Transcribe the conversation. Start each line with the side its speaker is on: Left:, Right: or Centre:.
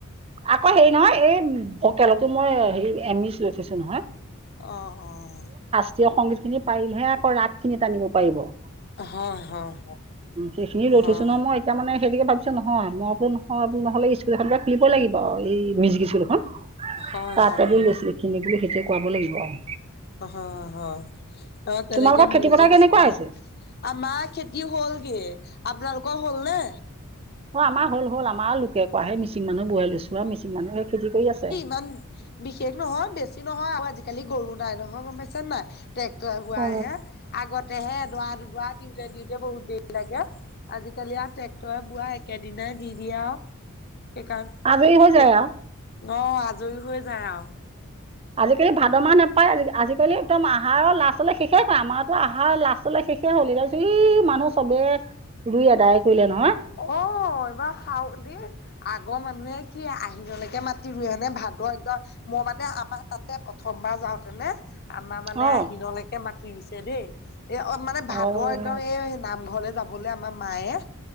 Right: আকৌ হেৰি নহয় এই ভকেলতো মই হেৰি এম ইচ লৈ থৈছো নহয়।
Left: অ', অ'।
Right: জাতীয় সংগীত খিনি পাৰিলেহে আকৌ ৰাগ খিনি টানিব পাৰিব। উম,
Left: অ হয় হয়
Right: সেইখিনি
Left: হয়
Right: লৈ থৈছো নহয় মই। এতিয়া মানে সেইটোকে ভাবিছো নহয় মই বোলো নহয় বোলো নহ'লে স্কুল এখনকে খুলিব লাগিব এই মিউজিক স্কুল এখন।
Left: হয়
Right: তাত
Left: হয়
Right: বি
Left: হয়
Right: বেছি এইখিনি বুলি সেইটোয়ে কুৱাব লাগিব আৰু।
Left: অ', হয়, হয়, তেনেকে
Right: তোমালোকৰ খেতি
Left: মিউজিক
Right: পথাৰ কেনেকুৱা
Left: স্কুল এখন,
Right: হৈছে
Left: আমাৰ খেতি হ'লগে, আপোনালোকৰ হ'ল নে?
Right: অ', আমাৰ হ'ল হ'ল আমাৰ লোকে কৰা হে মিচিং মানুহ বহাই লৈছো আৰু মিচিং মানুহে খেতি কৰি আছে।
Left: মান বিশেষ নহয় বেছি নহয় আৰু আজিকালি গৰু নাই নহয় গম পাইছে নাই। ট্ৰেক্টৰে বোৱাই
Right: অ
Left: হে আগতেহে এ দৰা দুডৰা দি, দিওঁতে দিওঁতে বহুত দেৰি লাগে আজিকালি আৰু ট্ৰেক্টৰে বোৱা একেদিনাই দি দিয়া আৰু। সেইকাৰণ,
Right: আজৰী হৈ যায়
Left: এক
Right: আৰু।
Left: অ', আজৰি হৈ যায় আউ।
Right: আজিকালি ভাদ মাহ নোপায় আজিকালি একদম আহাৰৰ লাষ্টলে শেষেই কৰে আমাৰতো আহাৰৰ লাষ্ট, বোলোঁ শেষে হ'ল এইগাল ই মানুহ চবে, ৰুই আদায় কৰিলে নহয়।
Left: অ', এইবাৰ শাওন দি আগৰ মানুহে কি আহিনৰলৈকে মাটি ৰুৱে নে ভাদ একদ মই মানে আমাৰ তাতে প্ৰথমবাৰ যাওঁতে নে। আমাৰ মানে
Right: অ
Left: আহিনলৈকে মাটি ৰুইছে দেই। এই অ', মানে ভাদৰ
Right: অ
Left: একদম এই নামঘৰলে যাবলে আমাৰ মায়ে।